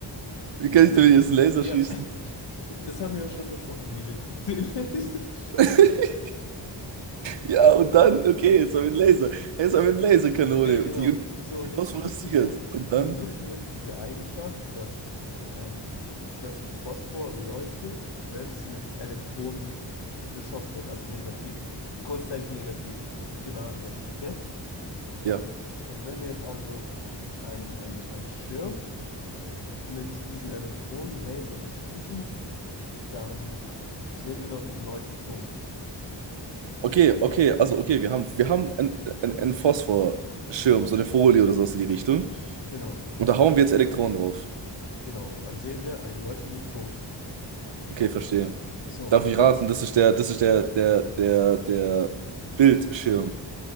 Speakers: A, on the right; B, on the left.
A: Wie kann
B: Wir
A: ich
B: nutzen,
A: damit jetzt einen Laser
B: ja,
A: schießen?
B: <laughs> das haben wir ja schon besprochen, wie wir den <laughs> Fenster schließen.
A: <laughs> Ja, und dann, okay, jetzt haben wir einen Laser. Jetzt haben wir eine Laserkanone,
B: Ja, genau.
A: die irgendwie
B: So, und jetzt
A: phosphoresziert.
B: nutzen wir,
A: Und
B: wir
A: dann,
B: nutzen jetzt diese Eigenschaft, dass ähm, das Phosphor leuchtet, wenn es mit Elektronen beschossen wird, also negativ, kurzzeitig negativ geladen wird, okay?
A: ja.
B: Und wenn wir jetzt also einen ein Schirm mit diesen Elektronenlaser beschießen, dann sehen wir dort einen Leuchtpunkt.
A: Okay, okay, also okay, wir haben, wir haben einen, einen, einen Phosphorschirm, so eine Folie oder sowas in die Richtung.
B: Genau,
A: Und da hauen wir jetzt Elektronen drauf.
B: genau. Und dann sehen wir einen leuchtenden Punkt.
A: Okay, verstehe.
B: So, und
A: Darf ich
B: jetzt,
A: raten, das ist der, das ist der, der, der, der Bildschirm.